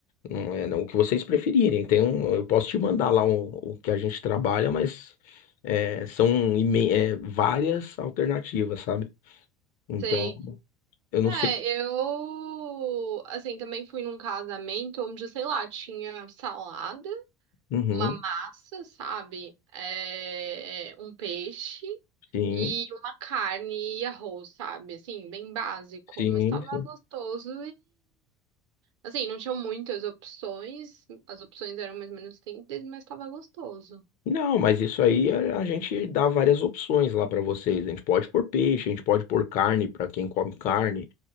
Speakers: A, on the left; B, on the right.
A: Não é, não, o que vocês preferirem. Tem um, eu posso te mandar lá o, o que a gente trabalha, mas é, são imen- é, várias alternativas, sabe? Então,
B: sei.
A: eu não
B: É,
A: sei.
B: eu, assim, também fui num casamento onde, sei lá, tinha salada,
A: Uhum,
B: uma massa, sabe? É, é, um peixe
A: sim,
B: e uma carne e arroz, sabe? Assim, bem básico,
A: sim,
B: mas tava
A: sim.
B: gostoso Assim, não tinha muitas opções, as opções eram mais ou menos simples, mas tava gostoso.
A: Não, mas isso aí a a gente dá várias opções lá para vocês. A gente pode pôr peixe, a gente pode pôr carne para quem come carne.